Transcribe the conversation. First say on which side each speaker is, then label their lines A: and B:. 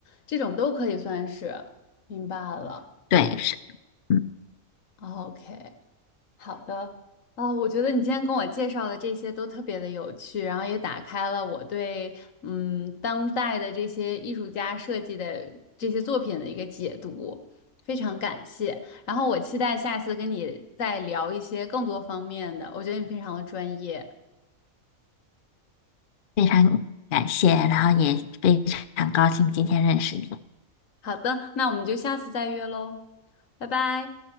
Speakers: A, on the left; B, on the left.
A: 这种都可以算是明白了。
B: 对，是，嗯，
A: OK。好的，啊、我觉得你今天跟我介绍的这些都特别的有趣，然后也打开了我对嗯当代的这些艺术家设计的这些作品的一个解读，非常感谢。然后我期待下次跟你再聊一些更多方面的，我觉得你非常的专业。
B: 非常感谢，然后也非常高兴今天认识你。
A: 好的，那我们就下次再约喽，拜拜。